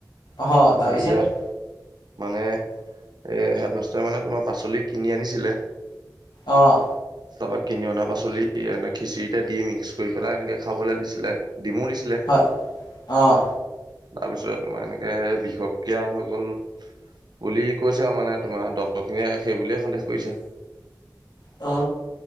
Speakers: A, on the left; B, on the right.
A: অহ তাৰপিছত
B: হেৰিয়াত মানে এই হেডমাষ্টৰে মানে তোমাৰ পাচলি কিনি আনিছিলে।
A: অঁ
B: তাৰপৰা কিনি অনা পাচলি এনে খিচিৰিতে দি মিক্স কৰি পেলাই এনেকে খাবলৈ দিছিলে ডিমো দিছিলে
A: হয় অঁ
B: তাৰপিছত তোমাৰ এনে বিশষক্ৰিয় হৈ গ'ল বুলি কৈছা আৰু মানে তোমাৰ ডক্তৰ খিনিয়ে সেই বুলিয়ে সন্দেহ কৰিছে
A: অ